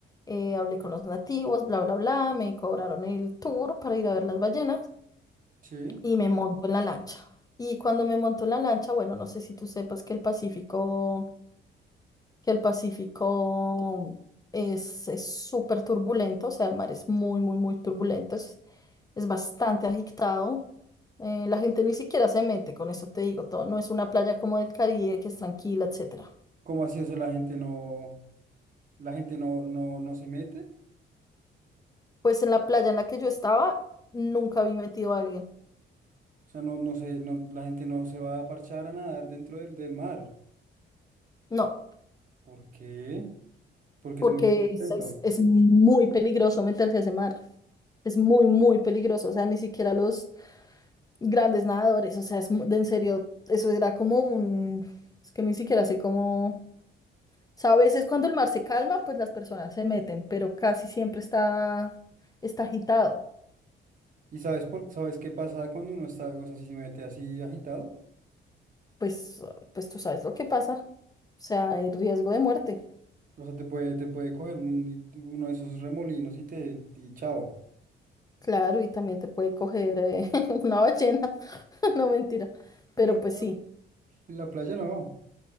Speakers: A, on the left; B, on the right.
A: eh, hablé con los nativos, bla, bla, bla, me cobraron el tour para ir a ver las ballenas
B: Sí.
A: y me monto en la lancha. Y cuando me monto en la lancha, bueno, no sé si tú sepas que el Pacífico, que el Pacífico es es súper turbulento, o sea, el mar es muy, muy, muy turbulento, es, es bastante agitado. eh, la gente ni siquiera se mete, con eso te digo todo, no es una playa como del Caribe que es tranquila, etcétera
B: ¿Cómo así eso la gente no, la gente no, no, no se mete?
A: Pues en la playa en la que yo estaba, nunca vi metido a alguien.
B: O sea, no, no se no, la gente no se va a parchar a nadar dentro del, del mar.
A: No,
B: ¿Por qué? Porque
A: porque
B: es muy violento.
A: es, es- es muy peligroso meterse a ese mar. Es muy, muy peligroso. O sea, ni siquiera los grandes nadadores. O sea, es, mu- de en serio, eso era como un... Es que ni siquiera sé cómo... O sea, a veces cuando el mar se calma, pues las personas se meten, pero casi siempre está, está agitado.
B: ¿Y sabes por, sabes qué pasa cuando uno está, o sea, si se mete así agitado?
A: Pues, pues tú sabes lo que pasa. O sea, hay riesgo de muerte.
B: O sea, te puede, te puede coger un- uno de esos remolinos y te, y chao.
A: Claro, y también te puede coger eh, <laughs> una ballena. <laughs> No, mentira.
B: Yo
A: Pero pues
B: no.
A: sí,
B: En la playa no.